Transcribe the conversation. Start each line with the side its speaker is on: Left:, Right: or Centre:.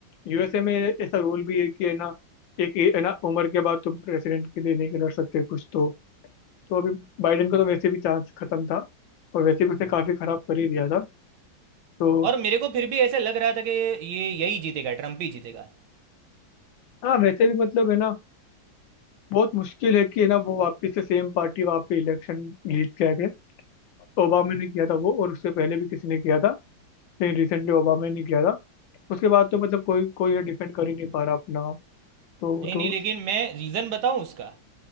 Left: यूएसए में ऐसा रूल भी है कि है ना एक ए- है ना उम्र के बाद तुम प्रेसिडेंट के लिए नहीं लड़ सकते कुछ तो तो अभी बाइडेन को तो वैसे भी चांस खत्म था और वैसे भी उसने
Right: हाँ।
Left: काफी खराब कर ही दिया था तो
Right: और मेरे को फिर भी ऐसा लग रहा था कि ये यही जीतेगा ट्रम्प ही जीतेगा
Left: हाँ वैसे भी मतलब है ना बहुत मुश्किल है कि है ना वो वापिस से सेम पार्टी वहाँ पे इलेक्शन जीत के आ गए ओबामा ने किया था वो और उससे पहले भी किसी ने किया था लेकिन रिसेंटली ओबामा ने किया था उसके बाद तो मतलब कोई कोई डिफेंड कर ही नहीं पा रहा अपना तो
Right: नहीं
Left: तो
Right: नहीं लेकिन मैं रीज़न बताऊं उसका